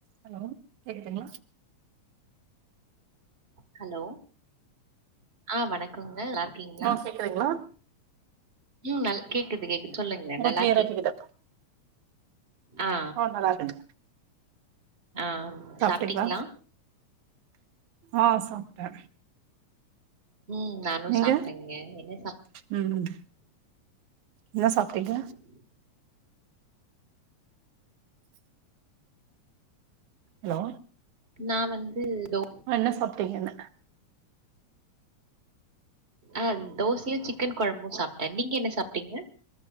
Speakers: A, on the right; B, on the right.
A: Hello கேக்துங்களா
B: hello ஆ வணக்கோங்க நல்லாருக் கீங்ளா
A: ஆ கேக்குதுங்களா
B: ம் நல் கேக்குது கேக்கு சொல்லுங்க
A: உங்களுக்கு
B: நல்லா
A: கிளியரா
B: இருக்கீங்
A: கேக்குதா
B: ஆ
A: நால்லாருகங்க
B: ஆ
A: சாப்ட்டீங்ளா
B: சாப்ட்டீங்களா
A: ஆ சாப்ட்டே
B: ம் நானு
A: நீங்க
B: சாப்ட்டேங்க என்ன சாப்
A: ம் என்ன சாப்ட்டீாங்க
B: <unintelligible>
A: ஹலோ
B: நா வந்து தோ
A: என்ன சாப்ட்டீங்கன்ன
B: ஆ தோசையு சிக்கன் கொழம்பு சாப்ட்ட நீங்க என்ன சாப்டீங்க